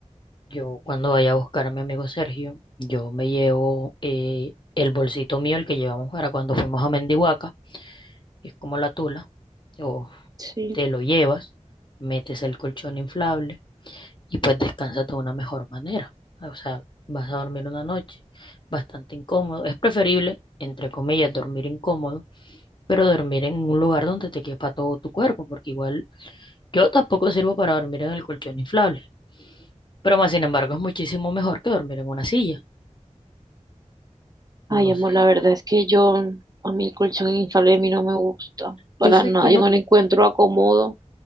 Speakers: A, on the left; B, on the right.
A: yo cuando vaya a buscar a mi amigo Sergio, yo me llevo eh, el bolsito mío, el que llevamos para cuando fuimos a Mendihuaca, que es como la tula, o
B: sí.
A: te lo llevas, metes el colchón inflable y pues descansas de una mejor manera. O sea, vas a dormir una noche bastante incómodo. Es preferible, entre comillas, dormir incómodo, pero dormir en un lugar donde te quepa todo tu cuerpo, porque igual yo tampoco sirvo para dormir en el colchón inflable. Pero más sin embargo, es muchísimo mejor que dormir en una silla.
B: Ay,
A: No
B: amor,
A: sé.
B: la verdad es que yo, a mí el colchón inflable a mí no me gusta
A: Yo
B: para
A: sé
B: nada,
A: que no.
B: yo no le encuentro acomodo.